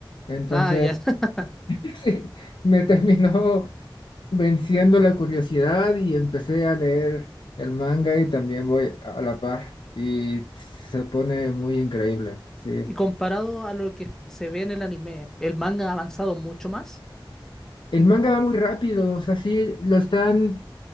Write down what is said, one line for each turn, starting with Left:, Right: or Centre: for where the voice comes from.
Left: Entonces,
Centre: Ah, ya. <laughs>
Left: <laughs> sí, me terminó venciendo la curiosidad y empecé a leer el manga y también voy a la par y se pone muy increíble, sí.
Centre: Y comparado a lo que se ve en el anime, el manga ha avanzado mucho más.
Left: El manga va muy rápido, o sea, sí, lo están